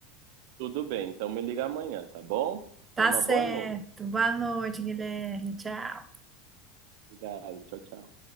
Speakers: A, on the right (about 60°); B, on the right (about 20°).
A: Tudo bem, então me liga amanhã, tá bom?
B: Tá
A: Tenha uma
B: certo.
A: boa noite.
B: Boa noite, Guilherme. Tchau.
A: Obrigado, tchau, tchau.